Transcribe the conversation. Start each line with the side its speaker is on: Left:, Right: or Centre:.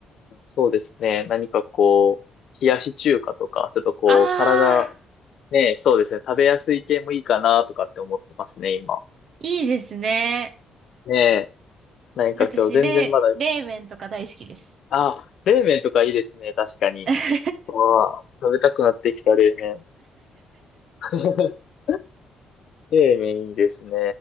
Left: そうですね。何かこう、冷やし中華とか、ちょっとこう、
Right: ああ、
Left: 体、ね、そうですね。食べやすい系もいいかなとかって思ってますね、今。
Right: いいですね。
Left: ねえ、何か今日全然まだ、
Right: 私、冷、冷麺とか大好きです。
Left: あ、冷麺とかいいですね、確かに。
Right: <laughs>
Left: うわあ、食べたくなってきた、冷麺。<laughs> 冷麺いいですね。